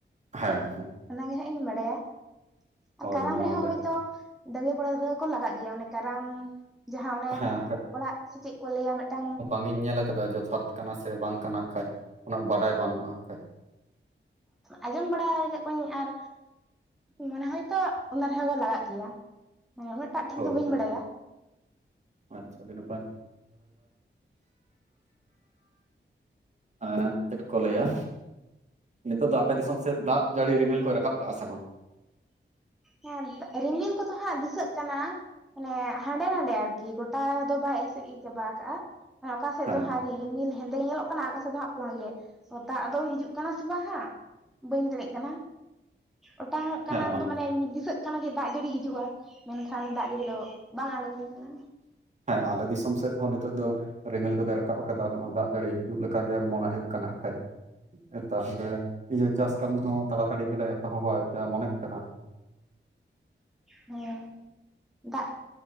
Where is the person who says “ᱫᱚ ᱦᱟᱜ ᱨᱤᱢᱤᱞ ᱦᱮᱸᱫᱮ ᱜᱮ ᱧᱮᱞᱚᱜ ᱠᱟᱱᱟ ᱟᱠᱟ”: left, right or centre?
Centre